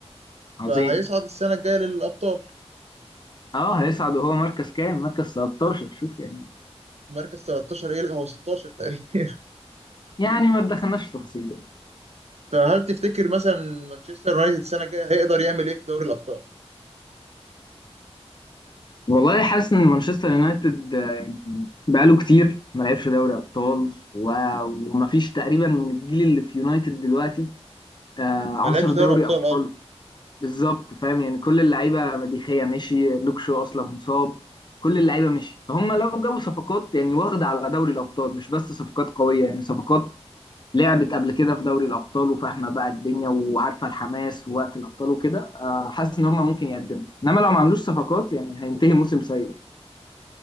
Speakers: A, on the left (about 40°); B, on the right (about 75°).
A: عظيم
B: فهيصعد السنة الجاية للأبطال
A: اه هيصعد وهو مركز كام مركز 13 شوف يعني
B: مركز 13 يلغى هو 16 تقريبا <laughs>
A: يعني ما دخلناش في تفاصيل يعني
B: فهل تفتكر مثلا مانشستر يونايتد السنة الجاية هيقدر يعمل إيه في دوري الأبطال؟
A: والله حاسس ان مانشستر يونايتد آه، بقاله كتير ما لعبش دوري ابطال و- ومفيش تقريبا من الجيل اللي في يونايتد دلوقتي آه، عصر
B: ما لعبش
A: دوري
B: دوري أبطال
A: ابطال
B: أه
A: بالظبط فاهم يعني كل اللعيبه مديخيه مشي لوك شو اصلا مصاب كل اللعيبه مشي فهم لو جابوا صفقات يعني واخده على دوري الابطال مش بس صفقات قويه يعني صفقات لعبت قبل كده في دوري الابطال وفاهمه بقى الدنيا وعارفه الحماس ووقت الابطال وكده آه، حاسس ان هم ممكن يقدموا انما لو ما عملوش صفقات يعني هينتهي موسم سيء